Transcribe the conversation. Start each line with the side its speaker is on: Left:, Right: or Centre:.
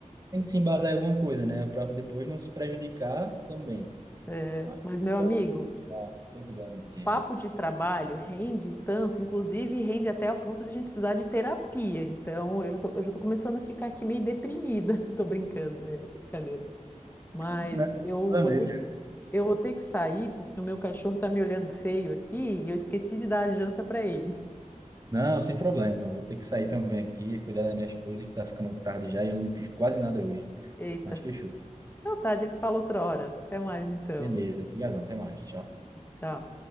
Right: Tem que se embasar em alguma coisa, né, para depois não se prejudicar também.
Left: É,
Right: Mas
Left: mas, meu
Right: pior
Left: amigo.
Right: que tá, todo lugar vai ter,
Left: papo
Right: né?
Left: de trabalho rende tanto, inclusive rende até a ponto de a gente precisar de terapia. Então, eu já tô, eu já tô começando a ficar aqui meio deprimida. <laughs> Tô brincando, é brincadeira. Mas
Right: <laughs> Né?
Left: eu
Right: Planeja.
Left: vou ter que, eu vou ter que sair porque o meu cachorro tá me olhando feio aqui e eu esqueci de dar a janta para ele.
Right: Não, sem problema. Eu vou ter que sair também aqui, cuidar das minhas coisas, que tá ficando tarde já e eu não fiz quase nada hoje.
Left: Eita.
Right: Mas fechou.
Left: Então tá, a gente se fala outra hora. Até mais então.
Right: Beleza, obrigadão, até mais. Tchau.
Left: Tchau.